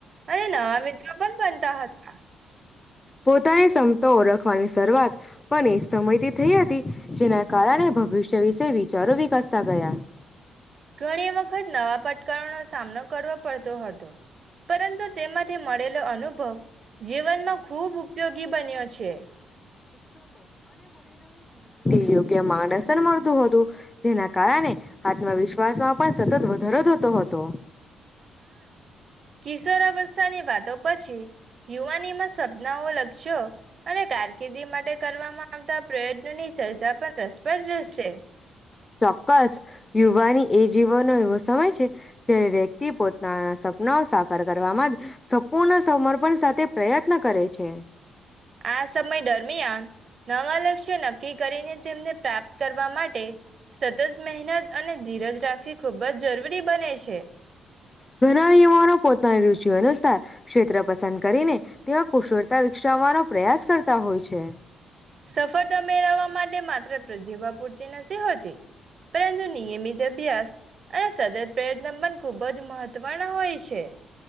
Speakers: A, on the right (about 50°); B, on the left (about 20°).
A: અને નવા મિત્રો પણ બનતા હતા.
B: પોતાને શમતા ઓરખ ઓળખવા ની શરૂઆત પણ એ સમયથી થઈ હતી જેના કારણે ભવિષ્ય વિશે વિચારો વિકાસ તા ગયા.
A: ઘણી વખત નવા પટ <unintelligible> નો સામનો કરવો પડતો હતો પરંતુ તેમાંથી મળેલો અનુભવ જીવનમાં ખુબ ઉપયોગી બન્યો છે.
B: યો કે માણસને મળતું હતું. જેના કારણે આત્મવિશ્વાસમાં પણ સતત વધારો થતો હતો.
A: કિશોરવસ્થાની વાતો પછી યુવાનીમાં સપનાઓ, લક્ષ્યો અને કારકિર્દી માટે કરવામાં આવતા પ્રયત્ન ની સર્જા પણ કરસ પણ રહેશે.
B: ચોક્કસ, યુવાની એ જીવોનો એવો સમય છે જે વ્યક્તિ પોતાના સપનાઓ સાકાર કરવામાં સપૂર્ણ સમર્પણ સાથે પ્રયત્ન કરે છે.
A: આ સમય દરમિયાન નવા લક્ષ્ય નક્કી કરીને તેમને પ્રાપ્ત કર <unintelligible> માટે સતત મહેનત અને ધીરજ રાખવી ખૂબ જ જરૂરી બને છે.
B: ઘણા યુવાનો પોતાની રુચ અનુસાર ક્ષેત્ર પસંદ કરીને તે્યા કુશળતા ષવવાનો પ્રયાસ કરતા હોય છે.
A: સફળતા મેળવવા માટે માત્ર પ્રતિભા પૂરતી નથી હોતી, પરંતુ નિયમિત અભ્યાસ અને સતત પ્રયત્ન પણ ખૂબ જ મહત્વનો હોય છે.